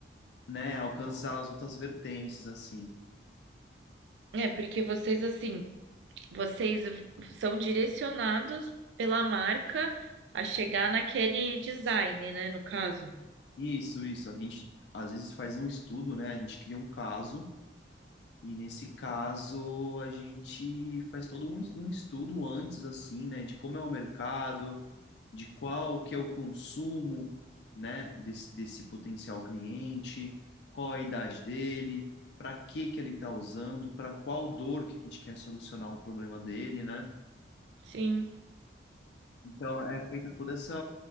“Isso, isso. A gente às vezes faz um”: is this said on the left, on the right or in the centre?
Left